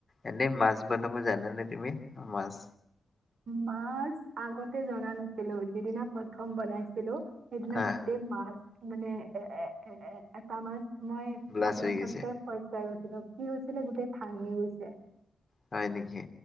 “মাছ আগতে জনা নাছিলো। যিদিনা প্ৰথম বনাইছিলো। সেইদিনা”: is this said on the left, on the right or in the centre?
Right